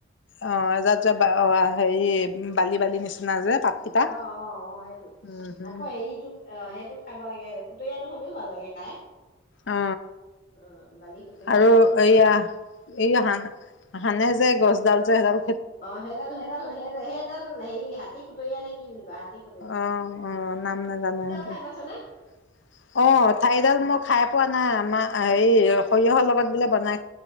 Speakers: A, on the left; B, on the left.
A: অ, এযাত যে অ হেৰি বালি, বালি নিচিনা যে পাতকেইটা
B: অ অ অ সেইটো
A: উম হম।
B: আকৌ হেৰিটো অ সেইটো খাব লাগে। খুতীয়াটো সদিও ভাল লাগে খাই।
A: অ,
B: অ বালি খুতৰীয়া
A: আৰু
B: সেইটো খাওঁ
A: এয়া এইয়া হান হানে যে গছ। জাল চাই জাল
B: অ সেইডাল সেইডাল সেই সেইডাল হেৰি হাতী খুতৰীয়া নে কি বুলি কোৱা হাতী খু
A: অ', অ', নাম নাজানে,
B: খাই পাইছ নে
A: <inaudible> অ, থাইডাল মই খাই পোৱা নাই। আমাৰ এই সৰিয়হৰ লগত বোলে বনাই